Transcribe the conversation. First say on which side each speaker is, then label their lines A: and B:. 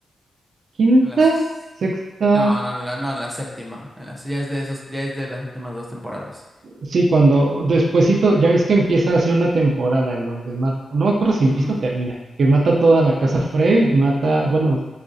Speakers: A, on the right (about 60°); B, in the centre.
A: quinta,
B: En las...
A: sexta.
B: No, no, no, no, en la séptima, en las... ya es de esos, ya es de las últimas dos temporadas.
A: Sí, cuando despuesito, ya ves que empieza así una temporada en donde mata, no me acuerdo si empieza
B: Ujú.
A: o termina, que mata toda la casa Frey, mata, bueno,